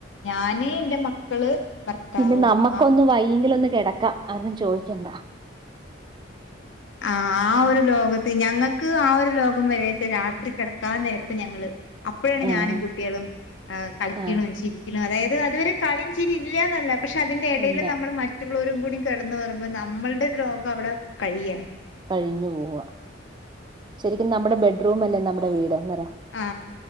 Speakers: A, on the left (about 65°); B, on the right (about 25°).
A: ഞാന് എൻറെ മക്കള് ഭർത്താവ്
B: പിന്നെ നമ്മക്കൊന്ന്
A: ആ
B: വയ്യെങ്കില് ഒന്ന് കിടക്കാം അവരും ചോദിക്കണ്ട
A: ആ ആ ഒരു ലോകത്ത് ഞങ്ങക്ക് ആ ഒരു ലോകം വരിച്ച രാത്രി കിടക്കാൻ നേരത്ത് ഞങ്ങള് അപ്പോഴാണ്
B: ആഹ്
A: ഞാനും കുട്ടികളും കളിക്കണും
B: ആഹ്
A: ചിരിക്കണും അതായത് അതുവരെ കളിയും ചിരി ഇല്ലന്നല്ല പക്ഷെ അതിന്റെ ഇടയിൽ
B: ഇല്ല
A: നമ്മള് മറ്റും മ്മൾ ഓരും കൂടി കിടന്ന് പറയുമ്പോ നമ്മളുടെ ലോകം അവിടെ കഴിയാ
B: കഴിഞ്ഞു പോവ ശരിക്കും നമ്മുടെ ബെഡ്റൂം അല്ലേ നമ്മുടെ വീട്ന്നരാ
A: ആ